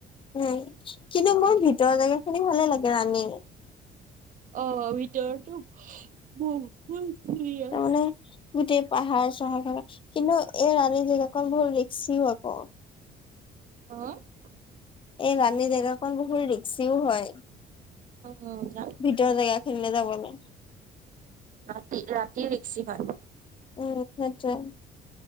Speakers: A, on the left (about 30°); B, on the right (about 50°).
A: উম, কিন্তু মোৰ ভিতৰৰ জেগা খিনি ভালে লাগে ৰাণী
B: অ ভিতৰতো <unintelligible> কোনখিনি?
A: তাৰ মানে গোটেই পাহাৰ - চাহাৰ থাকে কিন্তু এই ৰাণী জেগা কন বহুত ৰিকচি হয় ক?
B: <unintelligible>
A: এই ৰাণী জেগাখন বহুত ৰিক্সিও হয়।
B: অ।
A: ভিতৰ জেগাখিনিলে যাবলে।
B: ৰাতি ৰাতি ৰিক্সি হয়।
A: উম, সেইটোৱে।